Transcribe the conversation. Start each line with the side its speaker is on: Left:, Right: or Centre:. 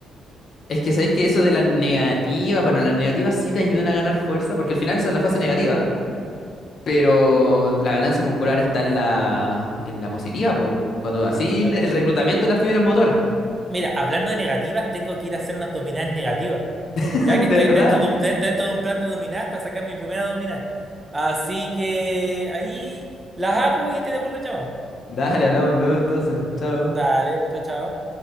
Left: Es que sabéis que eso de la negativa, bueno, las negativas sí te ayudan a ganar fuerza, porque al final esa es la fase negativa. Pero la ganancia muscular está en la, en la positiva, Paul. Cuando así
Right: Claro.
Left: le- el reclutamiento de las fibras motoras.
Right: Mira, hablando de negativas, tengo que ir a hacer unas dominadas negativas,
Left: <laughs>
Right: ya
Left: De
Right: que estoy
Left: verdad.
Right: dentro de un, den- dentro de un plan de dominadas para sacar mi primera dominada. Así que ahí las hago y te devuelvo el llamado.
Left: Dale, hablamos luego entonces. Chao.
Right: Dale, chao, chao.